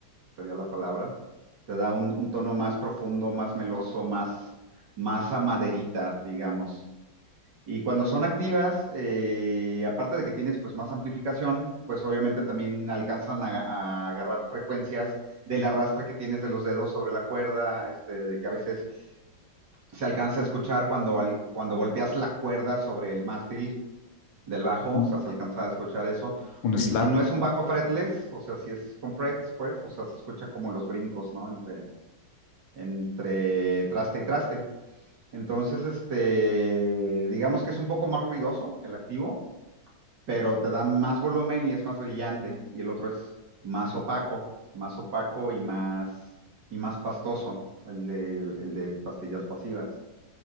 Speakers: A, on the right; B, on the left.
A: sería la palabra. Te da un, un tono más profundo, más meloso, más, más a maderita, digamos. Y cuando son activas, eh, aparte de que tienes pues más amplificación, pues obviamente también alcanzan a, a agarrar frecuencias del arrastre que tienes de los dedos sobre la cuerda, este, de que a veces se alcanza a escuchar cuando, al- cuando golpeas la cuerda sobre el mástil del bajo,
B: Ujú.
A: o sea, se alcanza a escuchar eso.
B: Un
A: Y
B: slap.
A: si no es un bajo fretless, o sea, si es con frets, pues, o sea, se escucha como los brincos, ¿no? Entre, entre traste y traste. Entonces, este, digamos que es un poco más ruidoso el activo, pero te da más volumen y es más brillante. Y el otro es más opaco, más opaco y más, y más pastoso, el de, el de pastillas pasivas.